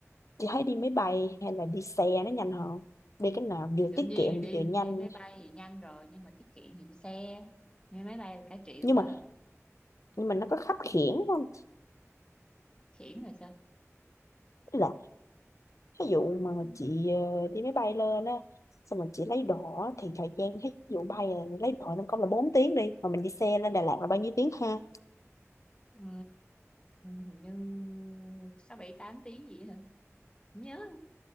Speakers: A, on the left; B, on the left.
A: chị thấy đi máy bay hay là đi xe nó nhanh hơn đi cái nào
B: Thì
A: vừa
B: đương
A: tiết
B: nhiên
A: kiệm
B: là đi
A: vừa nhanh
B: đi máy bay thì nhanh rồi, nhưng mà tiết kiệm thì đi xe. Nhưng máy bay là cả triệu
A: nhưng
B: đó,
A: mà nhưng mà nó có khắt khuỷu không
B: khiển là sao?
A: Tức là ví dụ mà chị ờ, đi máy bay lên á xong rồi chị lấy đồ á, thì thời gian ví dụ bay là lấy đồ nó có là bốn tiếng đi mà mình đi xe lên Đà Lạt là bao nhiêu tiếng ha
B: Ừ, hình như 6, 7, 8 tiếng gì hả? Không Nhớ,